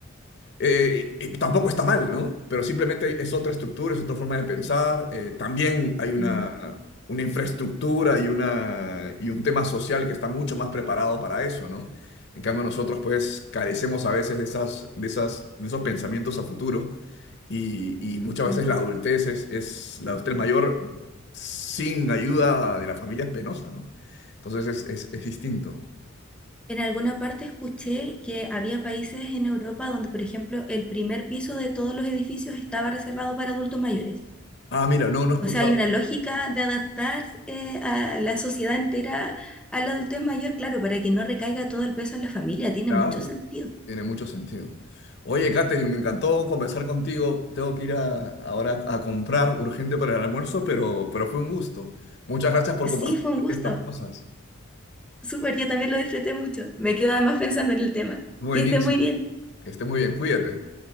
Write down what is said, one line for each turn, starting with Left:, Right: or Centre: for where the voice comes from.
Left: Eh, y- y tampoco está mal, ¿no? Pero simplemente es otra estructura, es otra forma de pensar. eh, también hay una,
Centre: Mm,
Left: una infraestructura y, una, y un tema social que está mucho más preparado para eso, ¿no? En cambio, nosotros pues carecemos a veces de esas, de esas, de esos pensamientos a futuro y, y muchas
Centre: mm.
Left: veces la adultez es, es la adultez mayor sin ayuda de la familia es penosa, ¿no? Entonces es, es, es distinto.
Centre: En alguna parte escuché que había países en Europa donde, por ejemplo, el primer piso de todos los edificios estaba reservado para adultos mayores.
Left: Ah, mira, no, no he escuchado.
Centre: O sea, hay una lógica de adaptar eh, a la sociedad entera a la adultez mayor, claro, para que no recaiga todo el peso en la familia. Tiene
Left: Claro,
Centre: mucho sentido.
Left: tiene mucho sentido. Oye, Katherine, me encantó conversar contigo. Tengo que ir a, ahora a comprar urgente para el almuerzo, pero, pero fue un gusto. Muchas gracias por
Centre: Sí,
Left: compartir
Centre: fue un gusto.
Left: estas cosas.
Centre: Súper, yo también lo disfruté mucho. Me quedo además pensando en el tema.
Left: Buenísimo.
Centre: Que esté muy bien.
Left: Que estés muy bien, cuídate.